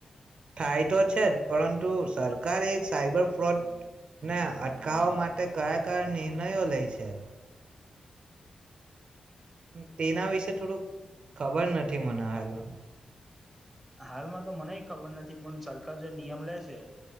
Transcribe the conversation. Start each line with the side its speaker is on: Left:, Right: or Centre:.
Right: થાય તો છે જ પરંતુ સરકાર એ સાઈબર ફ્રોડને અટકાવવા માટે કયા-કયા નિર્ણયો લે છે. તેના વિશે થોડુંક ખબર નથી મને હાલમાં
Centre: હાલમાં તો મને ખબર નથી પણ સરકાર જો નિયમ લે છે